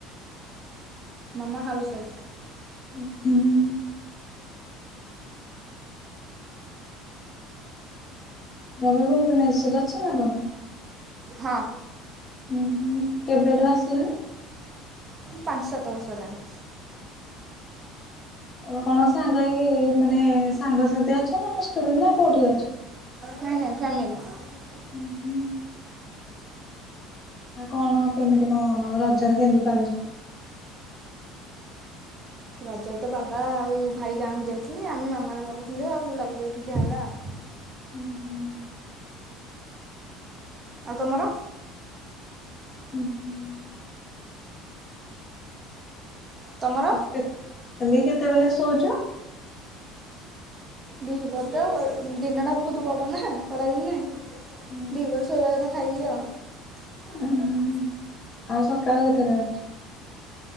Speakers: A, on the right (about 25°); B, on the left (about 30°).
A: ମାମା ହାଉସ୍‌ ୱାଇଫ।
B: ଉଁହୁଁ। <unintelligible>
A: ହଁ।
B: ଉଁ ହୁଁ କେବେଠୁ ଆସିଲେ?
A: ପାଞ୍ଚ ସାତ ବର୍ଷ ହେଲାଣି।
B: ତମେ କଣ ସାଙ୍ଗ ହେଇ ମାନେ ସାଙ୍ଗସାଥି ଅଛ ନା ହଷ୍ଟେଲରେ ନା କଉଠି ଅଛ?
A: ନାଇଁ ନାଇଁ ଫ୍ୟାମିଲି।
B: ଉଁ ହୁଁ। ଆଉ କଣ କେମିତି କଣ ରଜରେ କେମିତି ପାଳିଚ?
A: ରଜରେ ତ ବାବା ଆଉ ଭାଇ ଗାଁ କୁ ଯାଇଥିଲେ। ଆମେ ମାମାର ମୋର ଥିଲୁ। ଆଉ ବୁଲାବୁଲି ଏଠି ଯା ହେଲା ଆଉ।
B: ହୁଁ ହୁଁ
A: ଆଉ ତମର?
B: ହୁଁ ହୁଁ
A: ତମର
B: <unintelligible> କହିଲି କେତେବେଳେ ଶୋଉଚ?
A: ଦିହିପହରେ ତ ଦିନ ଟା ବହୁତ ବଡ ନା ଖରା ଦିନେ। ଦିହିପହରେ
B: ହୁଁ
A: ଶୋଇବା କଥା ଖାଇ କି ଆଉ।
B: ହୁଁ ହୁଁ ଆଉ ସକାଳ କେତେବେଳେ?